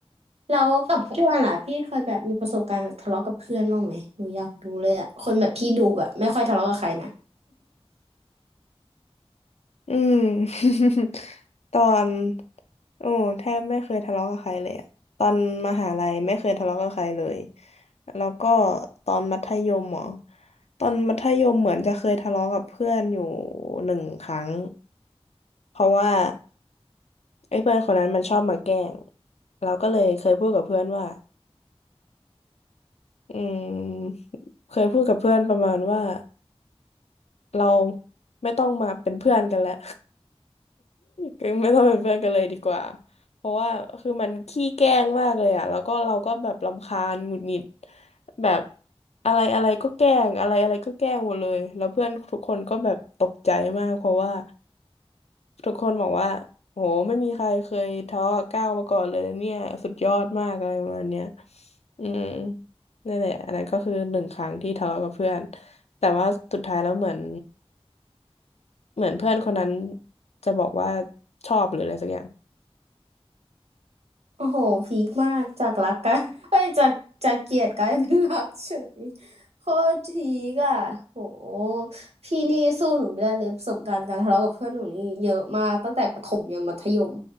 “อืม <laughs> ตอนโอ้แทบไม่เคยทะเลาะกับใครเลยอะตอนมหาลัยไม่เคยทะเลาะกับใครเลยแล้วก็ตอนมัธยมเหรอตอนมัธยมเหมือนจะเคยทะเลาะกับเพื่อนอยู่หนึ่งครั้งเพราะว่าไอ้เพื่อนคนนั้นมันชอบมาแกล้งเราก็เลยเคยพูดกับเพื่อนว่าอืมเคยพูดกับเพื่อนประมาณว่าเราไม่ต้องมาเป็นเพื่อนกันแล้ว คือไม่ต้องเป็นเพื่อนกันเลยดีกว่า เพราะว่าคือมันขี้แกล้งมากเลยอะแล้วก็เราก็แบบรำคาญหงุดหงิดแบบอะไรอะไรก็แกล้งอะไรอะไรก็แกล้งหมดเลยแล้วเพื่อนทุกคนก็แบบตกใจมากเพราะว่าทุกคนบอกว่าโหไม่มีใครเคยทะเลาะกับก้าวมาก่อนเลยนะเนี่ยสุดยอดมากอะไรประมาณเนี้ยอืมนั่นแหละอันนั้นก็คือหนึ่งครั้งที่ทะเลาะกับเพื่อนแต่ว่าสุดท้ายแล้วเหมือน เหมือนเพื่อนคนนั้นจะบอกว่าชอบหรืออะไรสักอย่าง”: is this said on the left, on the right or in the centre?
Left